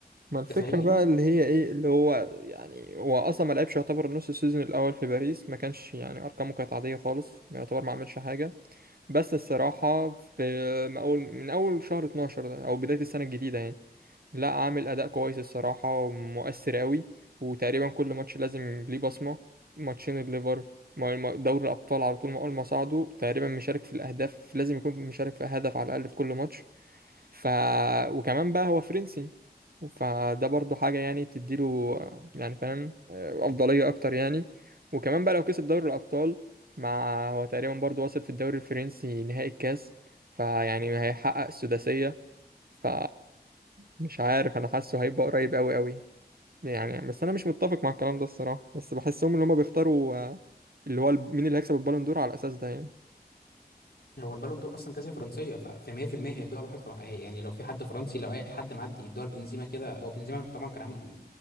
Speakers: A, on the right; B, on the left.
A: ما
B: انت
A: الفكرة
B: فاهمني
A: بقى اللي هي ايه اللي هو يعني هو اصلا ما لعبش يعتبر نص السيزون الاول في باريس ما كانش يعني ارقامه كانت عادية خالص يعتبر ما عملش حاجة بس الصراحة في من أول من أول شهر 12 ده أو بداية السنة الجديدة يعني لا عامل أداء كويس الصراحة ومؤثر قوي وتقريبا كل ماتش لازم ليه بصمة ماتشين الليفر ما- ما- دوري الأبطال على طول ما أول ما صعدوا تقريبا مشارك في الأهداف لازم يكون مشارك في هدف على الأقل في كل ماتش ف وكمان بقى هو فرنسي فده برضه حاجة يعني بتديله يعني فاهم آه، أفضلية أكتر يعني وكمان بقى لو كسب دوري الأبطال مع هو تقريبا برضه واصل في الدوري الفرنسي نهائي الكاس فيعني هيحقق السداسية ف مش عارف أنا حاسه هيبقى قريب أوي أوي يعني بس أنا مش متفق مع الكلام ده الصراحة بس بحسهم إن هما بيختاروا آه، اللي هو ال- مين اللي هيكسب البالون دور على الأساس ده يعني
B: هو البالون دور اصلا جائزه فرنسيه ف 100% هيدوها لواحد فرنسي يعني لو في حد فرنسي لو اي حد معدي يدوها لبنزيما كده هو بنزيما طبعا كان عامل